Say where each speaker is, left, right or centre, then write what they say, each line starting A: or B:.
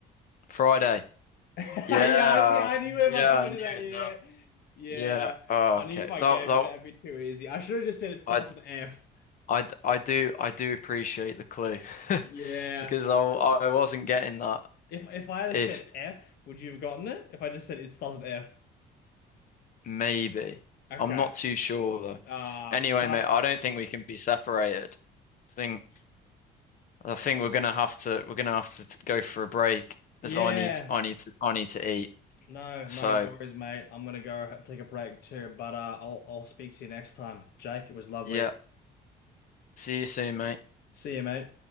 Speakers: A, on the left (about 50°); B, on the left (about 70°).
A: Friday.
B: <laughs> Yeah,
A: Yeah.
B: I see, I knew if
A: Yeah,
B: I told
A: I knew
B: you that.
A: it
B: Yeah.
A: now.
B: Yeah.
A: Yeah. Oh,
B: I
A: okay.
B: knew if I
A: That
B: gave
A: that
B: you that, it'd be too easy. I should have just said it starts
A: I
B: with F.
A: I I do I do appreciate the clue
B: Yeah.
A: <laughs> because I I wasn't getting that
B: If if I had
A: if
B: said F, would you have gotten it? If I just said it starts with F.
A: Maybe.
B: Okay.
A: I'm not too sure though.
B: Uh,
A: Anyway,
B: so
A: mate, I don't think we can be separated. I think I think we're gonna have to we're gonna have to t- go for a break
B: yeah.
A: as I need I need to I need to eat.
B: No,
A: So
B: no worries, mate. I'm gonna go take a break too, but uh, I'll I'll speak to you next time. Jake, it was lovely.
A: yeah, see you soon, mate.
B: See you, mate.